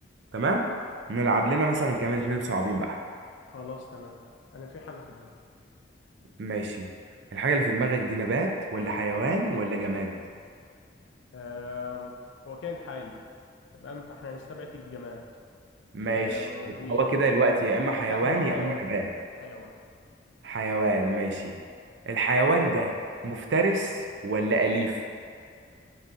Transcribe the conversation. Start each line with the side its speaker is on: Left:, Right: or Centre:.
Right: تمام نلعب لنا مثلا كمان اتنين صعبين بقى
Left: خلاص تمام انا في حاجه في دماغي
Right: ماشي الحاجة اللي في دماغك دي نبات ولا حيوان ولا جماد
Left: آم، هو كان حي تمام فاحنا هنستبعد الجماد
Right: ماشي
Left: آه،
Right: يبقى
Left: و
Right: هو كده الوقت يا اما حيوان
Left: لا هو حيوان
Right: يا اما نبات
Left: حيوان
Right: حيوان ماشي الحيوان ده مفترس ولا أليف